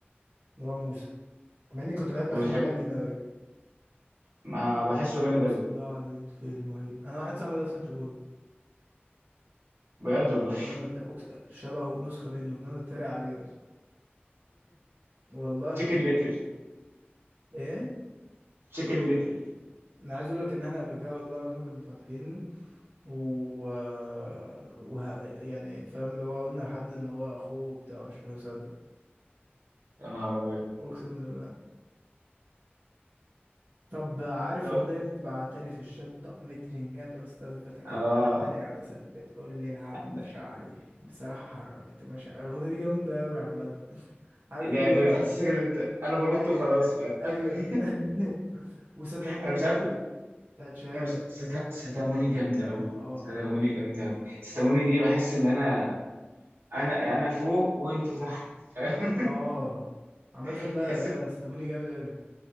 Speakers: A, on the right; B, on the right.
A: مروان موسى مع اني كنت بحب
B: وبتحب
A: اغانيه القديمه أوي
B: ما بحسه
A: اللي
B: جامد
A: هو البوصلة
B: قوي
A: ضاعت في المعيد أنا واحد صاحبي أصلا شبهه جدا
B: بجد والله
A: بنقعد نت- أكس- شبهه نسخة منه بنقعد نتريق عليه أصلا والله
B: <laughs> تشيكن ليتل
A: إيه
B: تشيكن ليتل
A: أنا عايز أقول لك إن إحنا قبل كده والله العظيم كنا فاتحين و... وه... يعني فاهم اللي هو قلنا لحد إن هو أخوه بتاع مش عارف إيه وصدق
B: يا نهار ابيض
A: أقسم بالله طب عارف
B: طب
A: أغنية بعتلي في الشطة مترنجات أستاذ فتكات
B: اه
A: متلي عادة ثبت قول لي العب لي
B: ده
A: في شعري بصراحة حركت مشاعر الأغنية دي جامدة أوي عامة <laughs> عارف اللي
B: ده
A: هو
B: بتحسسك ان انت انا بنط
A: ايوه
B: وخلاص فاهم
A: ايوه
B: <laughs>
A: <laughs> وستاموني
B: انا مش
A: برضو
B: عارف
A: بتاعت شهاب
B: انا مش ستا... ستاموني جامده قوي
A: اه
B: ستاموني جامده قوي ستاموني دي بحس ان انا انا انا فوق وانتوا تحت فاهم؟
A: اه عامة
B: <laughs>
A: لا
B: تحس
A: لا
B: ب...
A: لا ستاموني جامد اوي